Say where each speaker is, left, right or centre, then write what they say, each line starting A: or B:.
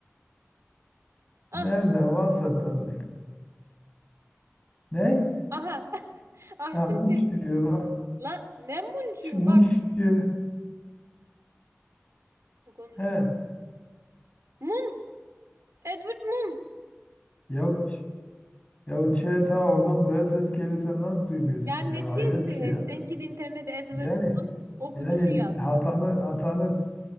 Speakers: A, on the right; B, on the left.
A: Ah.
B: Nereden? WhatsApp'tan mı? Ne?
A: Aha. <laughs> Açtım
B: Ha Munch
A: şey.
B: diyor bak.
A: Lan ne Munch'u?
B: Ç- Munch
A: Bak.
B: diyor.
A: Bu konuşmuyor.
B: He.
A: Mun. Edward Mun.
B: Ya Ç- ya Ç ta oradan buraya ses geliyor sen nasıl duymuyorsun
A: Ya ne
B: ya?
A: çesi?
B: Hayret bir şey ya.
A: Sen git internete Edward
B: Yani
A: Mun okunuşu
B: yani
A: yaz.
B: hatanı hatanı